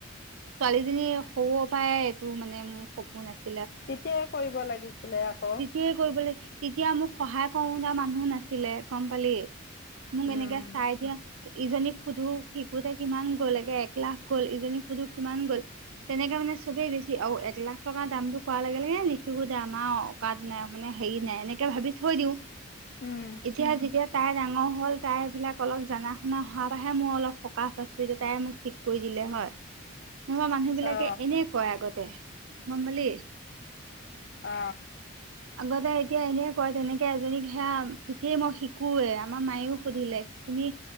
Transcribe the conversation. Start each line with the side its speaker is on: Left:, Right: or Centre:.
Right: ছোৱালীজনীৰ সৰু পৰাই এইটো মানে মোৰ সপোন আছিল।
Left: তেতিয়াই‌ কৰিব লাগিছিলে। আকৌ
Right: তেতিয়াই কৰিবলে তেতিয়া মোক সহায় কৰোতা মানুহ নাছিলে, গম পালি। মোক,
Left: উম
Right: এনেকে চাই দিয়া। ইজনীক সোধো শিকোতে কিমান গ'ল, একে এক লাখ গ'ল ইজনীক সোধো কিমান গ'ল? তেনেকে মানে চবেই বেছি আৰু এক লাখ টকাৰ দামটো খোৱাৰ লগে লগে নিশিকো যা, আমাৰ কাত, নাই মানে হেৰি নাই, এনেকে ভাবি থৈ দিওঁ,
Left: উম
Right: এতিয়া যেতিয়া তাইৰ ডাঙৰ হ'ল, তাইবিলাক অলপ জানা শুনা হোৱা পৰাহে মই অলপ সকাহ পাইছোঁ, এতিয়া তাই মোক ঠিক কৰি দিলে হয়।
Left: <inaudible>
Right: নহয়, মানুহবিলাকে
Left: অ
Right: এনে কয়, আগতে গম পালি।
Left: অ,
Right: আগতে এতিয়া এনে কয়, তেনেকে এজনীক সেয়া কি শিকোৱেই, আমাৰ মায়েও সুধিলে তুমি